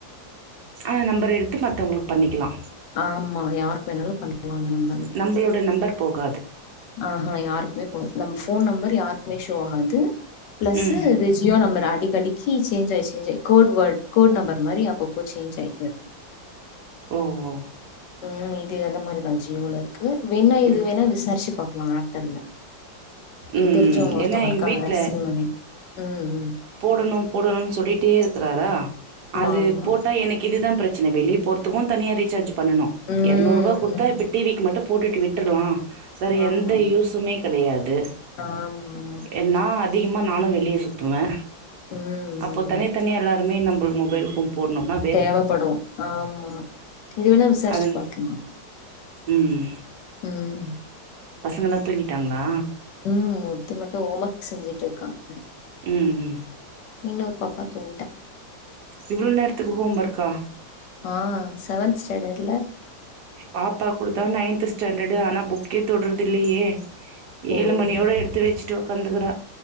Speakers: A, on the right; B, on the left.
A: ஆ நம்பர் எடுத்து மத்தவங்களுக் பண்ணிக்கலா
B: ஆமா யாருக் வேணாலு பண்லா அந்த நம்ப
A: நம்ளோட நம்பர் போகா
B: ஆஹா யாருக்குமே போவாது நம்ம போன் நம்பர் யாருக்குமே ஷோ ஆகாது ப்ளஸ்ஸூ
A: ம்
B: ஜியோ நம்பர் அடிக்கடிக்கு சேஞ்ச் ஆயி சேஞ்ச் ஆயி கோர்ட் வேர்டு கோ் நம்பர் மாரி அப்பப்போ சேஞ்ச் ஆயிட்டே இருக்கு
A: ஓஹோ
B: ம் இது அந்த மாரிதா ஜியோல இருக்கு வேணா இது
A: இல்
B: வேணா விசாரிச்சு பாக்லா தெர்ல
A: ம்
B: தெரிஞ்சவங்க ஒருத்தவங்க
A: ஏன்னா எங்க
B: இருக்காங்க
A: வீட்ல
B: சிம்முனு ம் ம்
A: போடணு போடணுனு சொல்லிட்டே இருக்றாரா அது
B: ஆமா
A: போட்டா எனக்கு இதுதா பிரச் சினை வெளிய போறதுக்கு தனியா ரீசார்ஜ் பண்ணணு
B: ஆமா ம்
A: இரநூற் ரூபா குடுத்தா
B: ம்.
A: இப்ப டிவிக்கு மட்டு போட்டுட்டு விட்டுர்லா வேற
B: ஆமா
A: எந்த
B: ஆமா
A: யூசுமே கெடயாது
B: ஆமா
A: என் நா அதிகமா நானு வெளிய சுத்துவே
B: ம்
A: அப்போ தனி தனியா எல்லாருமே நம்ப மொபைலுக்கு போட்ணுனா
B: தேவைப்படு ஆமா இது வேணா விசாரிச்சு
A: அது
B: பாக்கலா
A: ம்
B: ம்
A: பசங்கல்லா தூங்கிட்டாங்களா
B: ம் ஒருத்தி மட்டு ஓம் ஒர்க் செஞ்சுட்டு இருக்காங்க
A: ம் ம்
B: இன்னொரு பாப்பா தூங்கிட்டா
A: இவ்ளோ நேரத்துக்கு ஹோம் ஒர்க்கா
B: ஆ செவன்த் ஸ்டாண்டர்ட்ல
A: பாப்பா கூடதா நைன்த் ஸ்டாண்டர்டு ஆனா புக்கே தொட்றது இல்லயே ஏழு
B: ஓ
A: மணியோட எடுத்து வச்சுட்டு உக்காந்துக்கிற